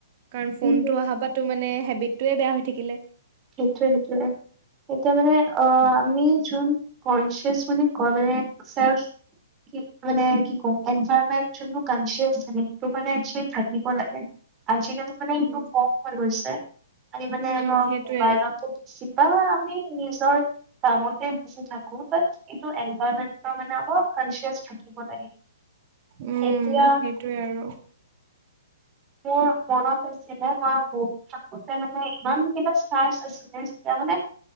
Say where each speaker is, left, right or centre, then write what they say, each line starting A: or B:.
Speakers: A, on the right; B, on the right.
A: কাৰণ ফোনটো
B: উম, হুম,
A: অহাপা টো মানে হেবিটটোয়ে বেয়া হৈ থাকিলে।
B: সেইটোৱে - সেইটোৱে। এতিয়া মানে অ, আমি যোন কনচিয়ছ মানে কয় মানে একচাৰ্চ মানে কি কওঁ এনভাৰ্ণমেন্টচনটো কনচিয়েচ থাকে সেইটো মানে একচোলি থাকিব লাগে। আজিকালি মানে
A: উম,
B: এইটো কম হৈ গৈছে আৰে মানে
A: উম,
B: অলপ
A: সেইটোৱে
B: মোবাইলত <unintelligible> আমি নিজৰ কামতে বিচি থাকোঁ বট এইটো এনভাৰ্মেণ্টৰ মানে অলপ কনচিয়াছ থাকিব লাগে।
A: উম,
B: এতিয়া
A: সেইটোয়ে আৰু।
B: মোৰ মনত আছিলে মই সৰু থাকোতে মানে ইমান কেইটা টায়াৰ্চ আছিলে যেতিয়া মানে